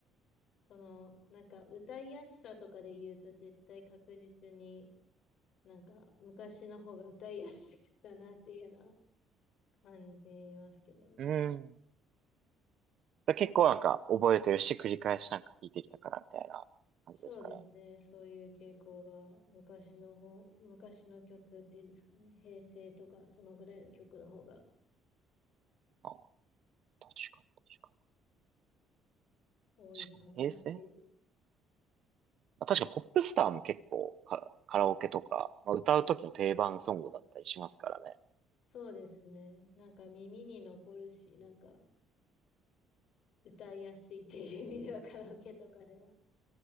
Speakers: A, on the left; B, on the right.
A: その、なんか歌いやすさとかで言うと絶対確実になんか昔の方が歌いやすいかなっていうのは感じますけどね。
B: うん。だから結構なんか覚えてるし、繰り返しなんか聞いてきたからみたいな感じですかね。
A: そうですね。そういう傾向が昔の方、昔の曲っていうんですかね。平成とかそのぐらいの曲の方が
B: あ、確かに、確か
A: 多いかなっていう。
B: に。確かに、平成。まあ、確かにポップスターも結構カ、カラオケとか、まあ、歌う時の定番ソングだったりしますからね。
A: そうですね。なんか耳に残るし、なんか歌いやすいっていう意味では <laughs> カラオケとかでは。